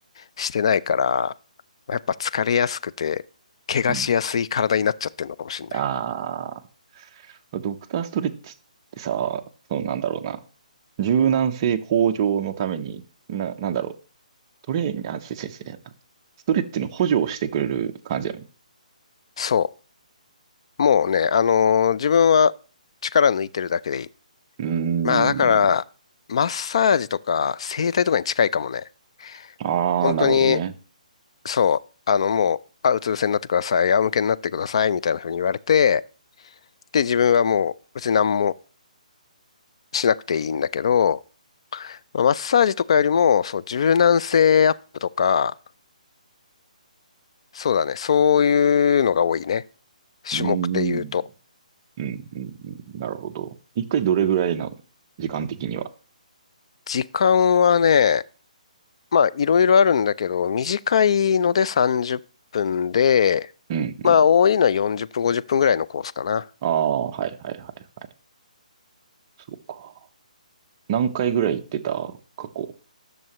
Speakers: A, on the left; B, on the right.
A: してないから、まあやっぱ疲れやすくて、怪我しやすい体になっちゃってるのかもしれない。
B: うんああ、ドクターストレッチってさ、そのなんだろうな。柔軟性向上のために、な、なんだろう。トレーニング、あ、違う違う違う。ストレッチの補助をしてくれる感じだよ
A: そう。もうね、あのー自分は力抜いてるだけでいい。
B: うーん。
A: まあだから、マッサージとか整体とかに近いかもね。
B: ああ、
A: 本当に、
B: なるほどね。
A: そう、あのもう、あ、うつ伏せになってください、仰向けになってください、みたいな風に言われて、て自分はもう別に何もしなくていいんだけど、まあマッサージとかよりも、そう、柔軟性アップとか、そうだね、そういうのが多いね。
B: うーん。
A: 種目で言うと。
B: うん、うん、うん。なるほど。一回どれぐらいなの時間的には。
A: 時間はね、まあいろいろあるんだけど、短いので30分で、
B: うん、
A: まあ多いのは40分、
B: うん。
A: 50分ぐらいのコースかな。
B: ああ、はい、はい、はい、はい。そうか。何回ぐらい行ってた過去。